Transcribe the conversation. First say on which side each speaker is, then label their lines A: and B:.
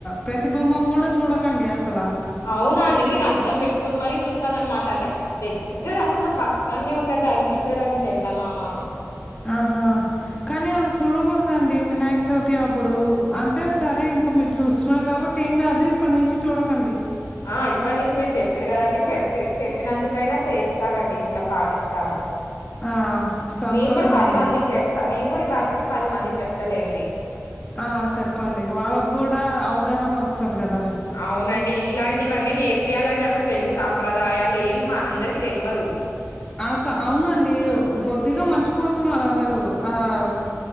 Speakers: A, on the left (about 20°); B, on the left (about 80°).
A: ప్రతిబింబం గూడ్ చూడకండి అసలా
B: అవునా అండి నేన్ అద్దం బెట్టుకొని మరీ జుతన్ అనమాట అంటే. దగ్గర అస్సలు నా పక్ క్కనే ఉన్నట్టు అనిపిస్తాడండి చందమామ్ మ
A: అహా కాని అలా చూడగూడదండి వినాయక చవితి అప్పుడు అంటే సరే ఇంక మీర్ చూస్తున్నారు గాబట్టి ఏం గాదు ఇప్పటి నుంచి చూడకండి.
B: అహ్ ఇప్పట్ని నుంచి మీరు జెప్పిరు గదండి చెప్పిరు చెప్ ప్పినందుకైనా చేస్ స్తానండి ఇట్ల పాటిస్తాను
A: ఆ! సంతోషం
B: నేన్ గూడా పది
A: అండి.
B: మందికి జెప్తా నేన్ గూడా ఇట్లా ఇది పది మందికి జెప్తాలేండి.
A: ఆహ్ సెప్పండి వాళ్ల గూడ్ దా అవగాహన వస్తది గదా
B: అవునండి ఇలాంటివన్నీ నేర్పియాలండి అస్సలు తెలుగు సాంప్రదాయాలు ఏం అందరికి తెల్వదు
A: ఆస అవునండి బొత్తిగా మర్చిపోతున్నారు అందరూ ఆహ్